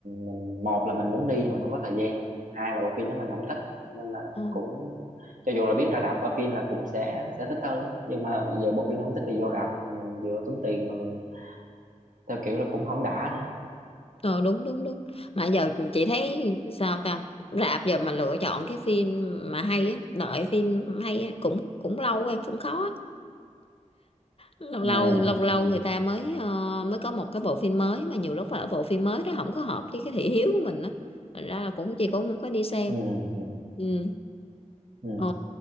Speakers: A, on the right; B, on the left.
A: mình một là mình muốn đi nhưng mà không có thời gian hai là bộ phim đó mình không thích nên là
B: Ờ,
A: cũng cho dù là biết ra rạp coi phim là cũng sẽ sẽ thích hơn đó nhưng mà giờ bộ phim nó không thích thì vô rạp mình vừa tốn tiền mà mình theo kiểu là cũng không đã nữa
B: ờ, đúng đúng đúng mà giờ chị thấy sao ta rạp giờ mà lựa chọn cái phim mà hay á đợi phim hay á, cũng cũng lâu em cũng khó lâu
A: ừ
B: lâu lâu lâu
A: ừ
B: người ta mới ờ, mới có một cái bộ phim mới mà nhiều lúc là bộ phim mới đó không có hợp với cái thị hiếu của mình á thành ra là cũng chị cũng không có đi xem
A: ừ ừ,
B: ừ.
A: ừ.
B: Ồ,